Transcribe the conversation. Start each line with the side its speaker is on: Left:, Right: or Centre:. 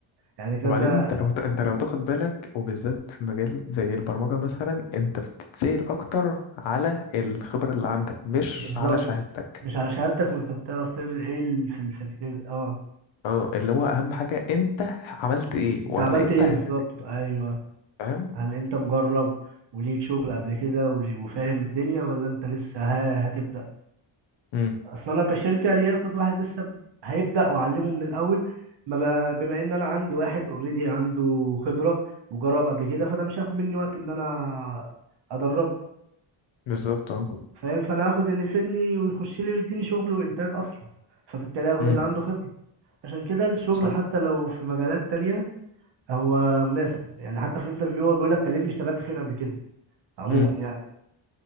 Right: يعني كذا
Left: وبعدين انت لو انت لو تاخد بالك وبالذات في مجال زي البرمجه مثلا انت بتتسأل اكتر على الخبره اللي عندك مش
Right: بالظبط
Left: على شهادتك
Right: مش على شهادتك وانت بتعرف تعمل ايه ال- في ال- في كده اه
Left: اه اللي هو اهم حاجه انت عملت ايه ولا
Right: انت عملت
Left: انت
Right: ايه
Left: هتقدم
Right: بالظبط ايوه
Left: فاهم
Right: هل انت مجرب وليك شغل قبل كده ولي- وفاهم الدنيا ولا انت لسه ها هتبدأ
Left: امم
Right: اصلا انا كشركة ليه اخد واحد لسه ب- هيبدأ واعلمه من الاول ما ب- بما ان انا عندي واحد اوريدي عنده خبرة وجرب قبل كده فده مش هياخد مني وقت ان انا ادربه
Left: بالظبط اه
Right: فاهم فانا هاخد اللي يفيدني ويخش لي ويديني شغل وانتاج اسرع فبالتالي هاخد
Left: امم
Right: اللي عنده خبرة عشان كده الشغل
Left: صح
Right: حتى لو في مجالات تانية هو مناسب يعني حتى في الانترفيو هو بيقول لك كلمني اشتغلت فين قبل كده عموما
Left: امم
Right: يعني